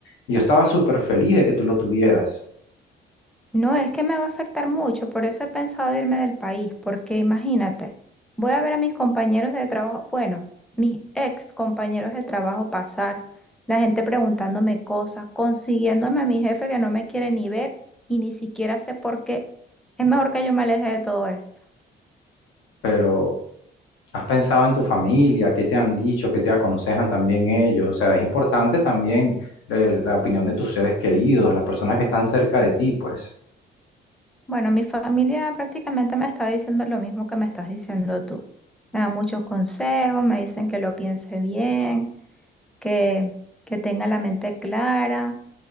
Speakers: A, on the left; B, in the centre.
A: yo estaba súper feliz de que tú lo tuvieras,
B: No, es que me va a afectar mucho, por eso he pensado irme del país, porque imagínate, voy a ver a mis compañeros de trabajo, bueno, mis ex compañeros de trabajo pasar, la gente preguntándome cosas, consiguiéndome a mi jefe que no me quiere ni ver y ni siquiera sé por qué. Es mejor que yo me aleje de todo esto.
A: pero has pensado en tu familia, qué te han dicho, qué te aconsejan también ellos, o sea, es importante también eh, la opinión de tus seres queridos, las personas que están cerca de ti, pues.
B: Bueno, mi familia prácticamente me está diciendo lo mismo que me estás diciendo tú. Me dan muchos consejos, me dicen que lo piense bien, que, que tenga la mente clara